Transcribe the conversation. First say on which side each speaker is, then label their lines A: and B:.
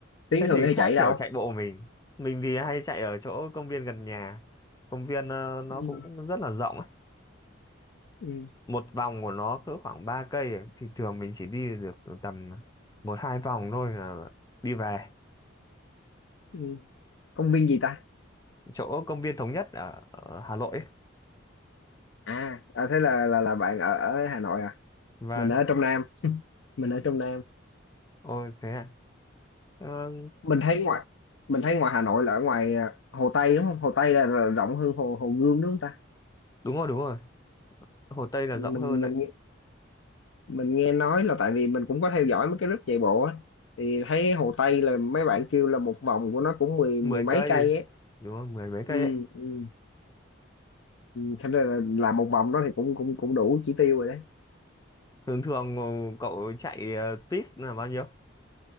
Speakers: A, on the left (about 70°); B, on the left (about 20°).
A: tiếng
B: thế
A: thường
B: thì
A: hay
B: khác
A: chạy đâu?
B: kiểu chạy bộ mình mình thì hay chạy ở chỗ công viên gần nhà công viên ờ, nó
A: ừ,
B: cũng rất là rộng
A: ừ,
B: một vòng của nó cỡ khoảng 3 cây ấy. thì thường mình chỉ đi được tầm một hai vòng thôi là đi về
A: ừ. công viên gì ta
B: chỗ công viên Thống Nhất ở, ở Hà Nội ấy.
A: à, à thế là là là bạn ở ở Hà Nội à
B: vâng
A: mình ở trong Nam mình ở trong Nam
B: ôi thế à Ờ,
A: mình thấy ngoài mình thấy ngoài Hà Nội là ở ngoài à, Hồ Tây đúng không Hồ Tây là r- rộng hơn Hồ Hồ Gươm đúng không ta
B: đúng rồi đúng rồi Hồ Tây là
A: mình
B: rộng hơn đấy
A: mình nghe- mình nghe nói là tại vì mình cũng có theo dõi mấy cái group chạy bộ á thì thấy Hồ Tây là mấy bạn kêu là một vòng của nó cũng mười
B: mười
A: mười mấy
B: cây
A: cây ấy
B: đúng rồi mười mấy
A: ừ,
B: cây đấy
A: ừ. ừ, Thế nên là làm một vòng đó thì cũng cũng cũng đủ chỉ tiêu rồi đấy
B: thường thường ờ, cậu chạy ờ, tít là bao nhiêu